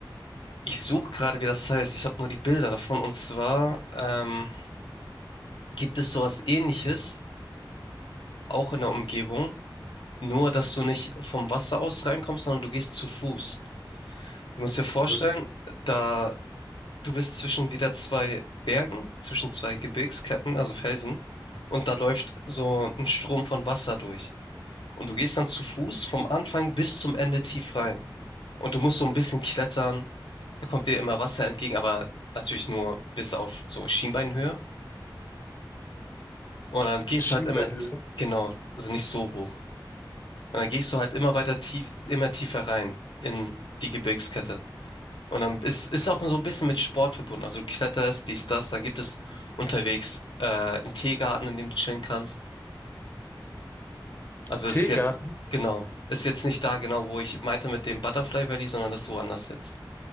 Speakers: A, on the left; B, on the left.
A: Ich suche gerade, wie das heißt. Ich habe nur die Bilder davon. Und zwar ähm, gibt es sowas Ähnliches, auch in der Umgebung, nur dass du nicht vom Wasser aus reinkommst, sondern du gehst zu Fuß. Du musst dir vorstellen,
B: Mhm.
A: da du bist zwischen wieder zwei Bergen, zwischen zwei Gebirgsketten, also Felsen, und da läuft so ein Strom von Wasser durch. Und du gehst dann zu Fuß vom Anfang bis zum Ende tief rein. und du musst so ein bisschen klettern. Da kommt dir immer Wasser entgegen, aber natürlich nur bis auf so Schienbeinhöhe. Und dann gehst
B: Schienbeinhöhe.
A: du halt immer, t- genau, also nicht so hoch. Und dann gehst du halt immer weiter tief, immer tiefer rein in die Gebirgskette. Und dann ist, ist auch so ein bisschen mit Sport verbunden. Also du kletterst, dies, das, dann gibt es unterwegs äh, einen Teegarten, in dem du chillen kannst. Also
B: Tega.
A: ist jetzt, genau, ist jetzt nicht da genau, wo ich meinte mit dem Butterfly Valley, sondern das ist woanders jetzt.